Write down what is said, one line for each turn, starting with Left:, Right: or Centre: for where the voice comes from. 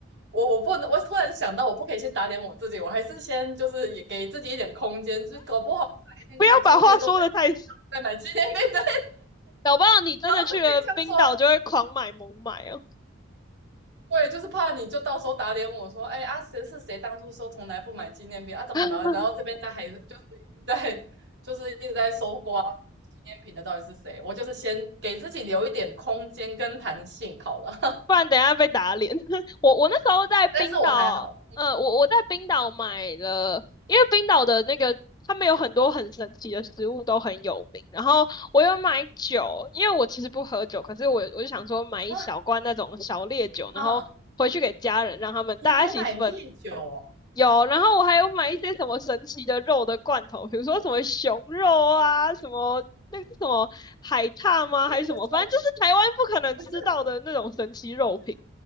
Right: 我我不能，我突然想到，我不可以先打脸我自己，我还是先就是也给自己一点空间，就是搞不好哪一天跟你出去的时候被你
Left: 不要把话说的太死，
Right: 在买纪念品，对，
Left: 搞不好你真的去了冰岛就会狂买猛买哦。
Right: 然后再被这样说，我也就是怕你就到时候打脸我说，哎，啊，谁是谁当初说从来不买纪念品啊？怎么了？
Left: <laughs>
Right: 然后这边在还是就是一直在就是一直在搜刮纪念品的到底是谁？我就是先给自己留一点空间跟弹性好了，
Left: 不然等一下被打脸。<laughs> 我我那时候在冰岛，
Right: <laughs> 但是我还好
Left: 呃，我我在冰岛买了，呃因为冰岛的那个他们有很多很神奇的食物都很有名。然后我有买酒，因为我其实不喝酒，可是我我就想说买一小罐那种小烈酒，
Right: 啊啊，
Left: 然后回去给家人，让他们大家一起分。
Right: 你还买烈酒哦？
Left: 有，然后我还有买一些什么神奇的肉的罐头，比如说什么熊肉啊，什么那个什么海獭吗？
Right: 你是从
Left: 还是什么？反正就是台湾不可能吃到的那种神奇肉品。
Right: 可是